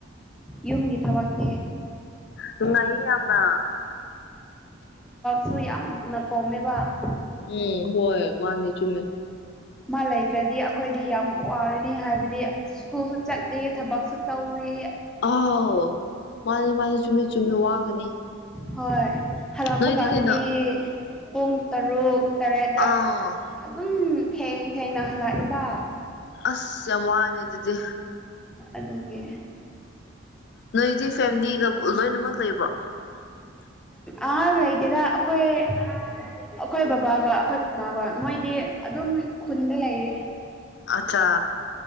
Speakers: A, in the centre; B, on the left.
A: ꯌꯨꯝꯒꯤ ꯊꯕꯛꯗꯤ
B: ꯅꯨꯡꯉꯥꯢꯌꯦ ꯌꯥꯝꯅ
A: ꯁꯨ ꯌꯥꯝꯅ ꯀꯣꯝꯃꯦꯕ
B: ꯎꯝ ꯍꯣꯏ ꯃꯥꯅꯤ ꯆꯨꯝꯃꯤ
A: ꯃꯥ ꯂꯩꯇ꯭ꯔꯗꯤ ꯑꯩꯈꯣꯏꯗꯤ ꯌꯥꯝ ꯋꯥꯔꯅꯤ ꯍꯥꯏꯕꯗꯤ ꯁ꯭ꯀꯨꯜꯁꯨ ꯆꯠꯂꯤ ꯊꯕꯛꯁꯨ ꯇꯧꯏ
B: ꯑꯥꯎ ꯃꯥꯅꯦ ꯃꯥꯅꯦ ꯆꯨꯝꯃꯤ ꯆꯨꯝꯃꯤ ꯋꯥꯒꯅꯤ
A: ꯍꯣꯏ ꯍꯜꯂꯛꯄ
B: ꯅꯣꯏꯗꯤ
A: ꯀꯥꯟꯗꯗꯤ
B: ꯀꯩꯅꯣ
A: ꯄꯨꯡ ꯇꯔꯨꯛ ꯇꯔꯦꯠꯇ
B: ꯑꯥ
A: ꯑꯗꯨꯝ ꯊꯦꯡ ꯊꯦꯡꯅ ꯍꯜꯂꯛꯑꯦꯕ
B: ꯑꯁ ꯌꯥꯝ ꯋꯥꯅꯦ ꯑꯗꯨꯗꯤ
A: ꯑꯗꯨꯒꯤ
B: ꯅꯣꯏꯗꯤ ꯐꯦꯃꯤꯂꯤꯒ <unintelligible>
A: ꯑ ꯂꯩꯇꯦꯗ ꯑꯩꯈꯣꯏ ꯑꯩꯈꯣꯏ ꯕꯥꯕꯥꯒ ꯑꯩꯈꯣꯏ ꯕꯥꯕꯥꯒ ꯃꯣꯏꯗꯤ ꯑꯗꯨꯝ ꯈꯨꯟꯗ ꯂꯩꯔꯤ
B: ꯑꯆꯥ